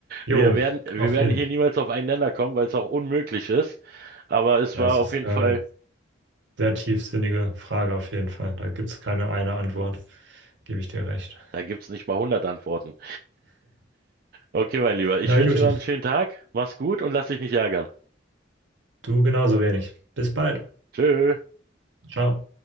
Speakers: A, on the right (about 70°); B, on the right (about 50°).
A: Jo,
B: Wir werden, wir
A: auf
B: werden
A: jeden
B: hier
A: Fall.
B: niemals auf einen Nenner kommen, weil es auch unmöglich ist. Aber es
A: Ja,
B: war
A: es
B: auf
A: ist
B: jeden
A: eine
B: Fall,
A: sehr tiefsinnige Frage auf jeden Fall. Da gibt es keine eine Antwort, gebe ich dir recht.
B: da gibt's nicht mal 100 Antworten. Okay, mein Lieber, ich
A: Na,
B: wünsche
A: Juti,
B: dir noch einen schönen Tag. Mach's gut und lass dich nicht ärgern.
A: du genauso wenig. Bis bald.
B: Tschö.
A: Ciao.